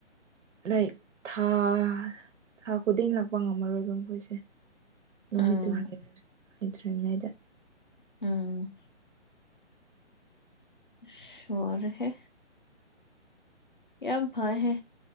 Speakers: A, on the right; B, on the left.
A: ꯂꯥꯏꯛ ꯊꯥ ꯊꯥ ꯈꯨꯗꯤꯡ ꯂꯥꯛꯄ ꯉꯝꯃꯔꯣꯏꯕ ꯃꯈꯣꯏꯁꯦ ꯅꯨꯃꯤꯠꯇꯨ
B: ꯎꯝ
A: ꯍꯥꯏꯔ ꯍꯥꯏꯗ꯭ꯔꯤꯉꯩꯗ
B: ꯎꯝ ꯑꯁ ꯋꯥꯔꯦꯍꯦ ꯌꯥꯝ ꯐꯩꯍꯦ